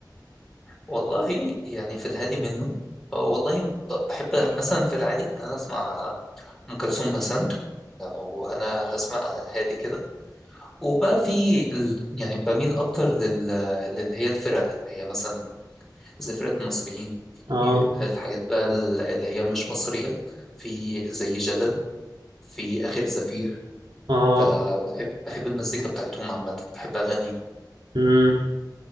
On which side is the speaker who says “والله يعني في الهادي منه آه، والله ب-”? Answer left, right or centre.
Centre